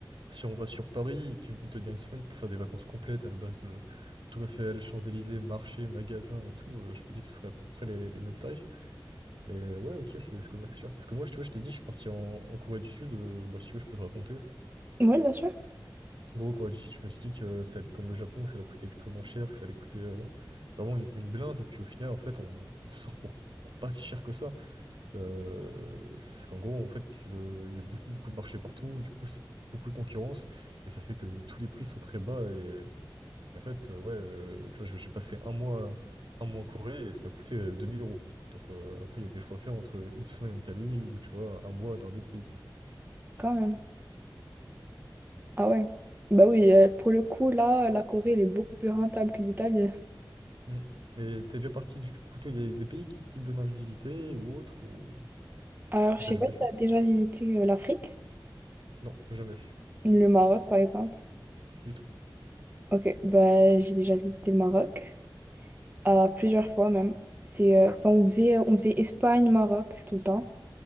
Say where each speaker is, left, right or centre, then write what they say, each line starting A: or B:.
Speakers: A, on the right (about 70°); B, on the right (about 20°).
A: Si on va sur Paris et que tu me dis de tenir une semaine pour faire des vacances complètes à la base de Tour Eiffel, Champs-Élysées, marché, magasin et tout, euh, je peux dire que ce serait à peu près les, les mêmes tarifs. Mais ouais, ok, c'est c'est quand même assez cher. Parce que moi, je- tu vois, je t'ai dit, je suis parti en, en Corée du Sud. euh, bah, si tu veux, je peux te raconter.
B: Oui, bien sûr,
A: Gros quoi, du style, je me suis dit que ça allait être comme le Japon, que ça allait coûter extrêmement cher, que ça allait coûter euh, vraiment une, une blinde, puis au final en fait on, on sort pour, pour pas si cher que ça. Ça, euh, C'est qu'en gros en fait c'est le, il y a beaucoup beaucoup de marchés partout, du coup c'est beaucoup de concurrence, et ça fait que tous les prix sont très bas, et, et en fait euh, ouais, euh, tu vois, j'ai j'ai passé un mois, un mois en Corée et ça m'a coûté euh, 2000 euros. Donc euh, après il y a des choix à faire entre une semaine en Italie ou tu vois un mois dans un autre pays.
B: quand même. Ah ouais. Bah oui, euh, pour le coup, là, la Corée, elle est beaucoup plus rentable que l'Italie.
A: Mm. Mais t'es déjà parti du coup, toi, il y a des pays qui, qui te donnent envie de visiter ou autre, ou
B: Alors,
A: que
B: je
A: t'as
B: sais
A: jamais
B: pas si
A: fait?
B: tu as déjà visité euh, l'Afrique,
A: Non, jamais fait,
B: le Maroc, par exemple.
A: du tout.
B: Ok, bah j'ai déjà visité le Maroc, euh, plusieurs fois même. C'est, euh, enfin, on faisait, on faisait Espagne-Maroc tout le temps.